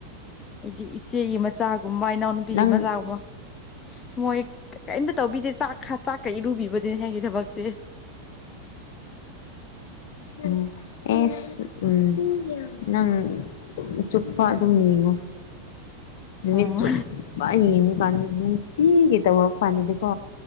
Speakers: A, on the left; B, on the left.
A: ꯑꯩꯒꯝ ꯏꯆꯦꯒꯤ ꯃꯆꯥꯒꯨꯝꯕ ꯏꯅꯥꯎꯅꯨꯄꯤꯒꯤ
B: ꯅꯪ
A: ꯃꯆꯥꯒꯨꯝꯕ ꯃꯣꯏ ꯀꯔꯤꯝꯇꯥ ꯇꯧꯕꯤꯗꯦ ꯆꯥꯛ ꯈꯥ ꯆꯥꯛꯀꯥ ꯏꯔꯨꯕꯤꯕꯗꯤ ꯍꯥꯏꯒꯤ ꯊꯕꯛꯇꯤ
B: ꯎꯝ ꯑꯦꯁ ꯎꯝ ꯅꯪ ꯑꯗꯨꯝ ꯆꯨꯞꯄ ꯑꯗꯨꯝ ꯌꯦꯡꯉꯣ ꯅꯨꯃꯤꯠ
A: ꯑꯣ
B: ꯆꯨꯞꯄ ꯌꯦꯡꯉꯣ ꯀꯥꯟꯗ ꯅꯨꯡꯇꯤꯒꯤ ꯇꯧꯔꯛꯄ ꯀꯥꯟꯗꯗꯤꯀꯣ